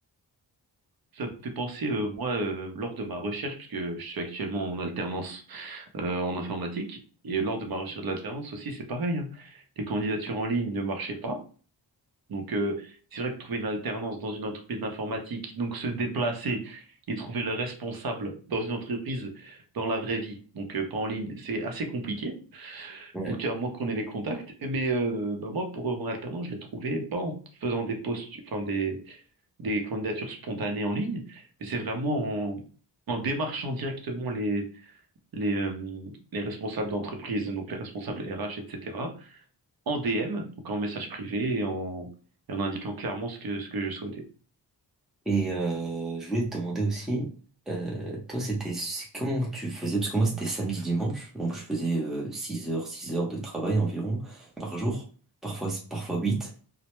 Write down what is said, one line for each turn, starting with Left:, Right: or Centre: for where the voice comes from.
Right: ça me fait penser, euh, moi, euh, lors de ma recherche, puisque je suis actuellement en alternance euh, en informatique, et lors de ma recherche de l'alternance aussi, c'est pareil. hein. Les candidatures en ligne ne marchaient pas. Donc, euh, c'est vrai que trouver une alternance dans une entreprise d'informatique, donc se déplacer et trouver le responsable dans une entreprise dans la vraie vie, donc euh, pas en ligne, c'est assez compliqué.
Centre: Ouais.
Right: Donc, à moins qu'on ait les contacts. Mais euh, bah moi, pour euh, mon alternance, je l'ai trouvé pas en faisant des posts, enfin des, des candidatures spontanées en ligne, mais c'est vraiment en, en démarchant directement les, les, euh, les responsables d'entreprise, donc les responsables RH, etc., en DM, donc en message privé et en, et en indiquant clairement ce que, ce que je souhaitais.
Centre: Et euh, je voulais te demander aussi, euh, toi, c'était c'est- comment tu faisais? Parce que moi, c'était samedi, dimanche, donc je faisais euh, 6 heures, 6 heures de travail environ par jour, parfois, parfois 8